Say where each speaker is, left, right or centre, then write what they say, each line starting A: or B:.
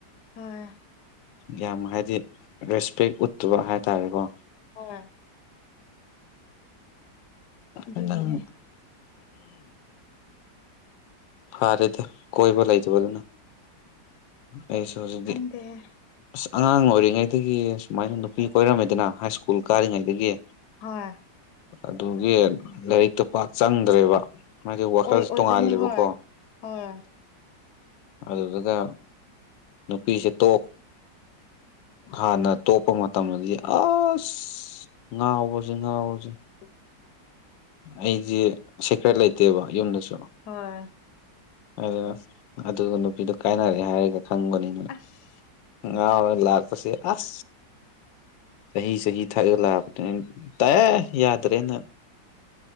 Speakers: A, on the left; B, on the left.
A: ꯍꯣꯏ
B: ꯌꯥꯝ ꯍꯥꯏꯗꯤ ꯔꯦꯁꯄꯦꯛ ꯎꯠꯇꯕ ꯍꯥꯏꯇꯥꯔꯦꯀꯣ
A: ꯑꯣꯏ ꯑꯗꯨꯒꯤꯅꯦ
B: ꯑ ꯅꯪ ꯐꯔꯦꯗ ꯀꯣꯏꯕ ꯂꯩꯇꯕꯗꯨꯅ ꯑꯩꯁꯨ ꯍꯧꯖꯤꯛꯇꯤ
A: ꯗꯦ
B: ꯑꯁ ꯑꯉꯥꯡ ꯑꯣꯏꯔꯤꯉꯩꯗꯒꯤ ꯁꯨꯃꯥꯏꯅ ꯅꯨꯄꯤ ꯀꯣꯏꯔꯝꯃꯦꯗꯅ ꯍꯥꯏ ꯁ꯭ꯀꯨꯜ ꯀꯥꯔꯤꯉꯩꯗꯒꯤ
A: ꯍꯣꯏ
B: ꯑꯗꯨꯒꯤ ꯂꯥꯏꯔꯤꯛꯇ ꯄꯥꯛ ꯆꯪꯗ꯭ꯔꯦꯕ ꯍꯥꯏꯗꯤ ꯋꯥꯈꯜꯁꯤ
A: ꯑꯣꯏ ꯑꯣꯏꯕꯅꯦ
B: ꯇꯣꯡꯉꯥꯜꯂꯦꯕꯀꯣ
A: ꯍꯣꯏ ꯍꯣꯏ
B: ꯑꯗꯨꯗꯨꯒ ꯅꯨꯄꯤꯁꯦ ꯇꯣꯛ ꯍꯥꯟꯅ ꯇꯣꯛꯄ ꯃꯇꯝꯗꯗꯤ ꯑꯁ ꯉꯥꯎꯕꯖꯤ ꯉꯥꯎꯕꯖꯤ
A: <unintelligible>
B: ꯑꯩꯗꯤ ꯁꯦꯀ꯭ꯔꯦꯠ ꯂꯩꯇꯦꯕ ꯌꯨꯝꯗꯁꯨ
A: ꯍꯣꯏ
B: ꯑꯗꯨꯅ ꯑꯗꯨꯒ ꯅꯨꯄꯤꯗꯨ ꯀꯥꯏꯅꯔꯦ ꯍꯥꯏꯔꯒ ꯈꯪꯕꯅꯤ
A: ꯑꯁ
B: ꯉꯥꯎꯔ ꯂꯥꯛꯄꯁꯤ ꯑꯁ ꯆꯍꯤ ꯆꯍꯤ ꯊꯛꯑ ꯂꯥꯛꯄꯇꯨꯅ ꯇꯥꯏꯌꯦ ꯌꯥꯗ꯭ꯔꯦꯅ